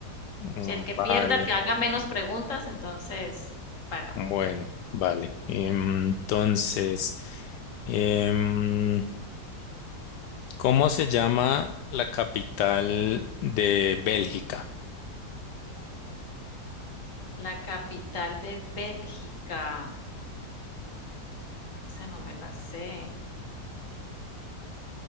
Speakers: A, on the left; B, on the left.
A: Mm,
B: Si el que
A: Vale,
B: pierda, el que haga menos preguntas, entonces paga.
A: bueno, vale. Entonces, em, ¿cómo se llama la capital de Bélgica?
B: La capital de Bélgica. Esa no me la sé.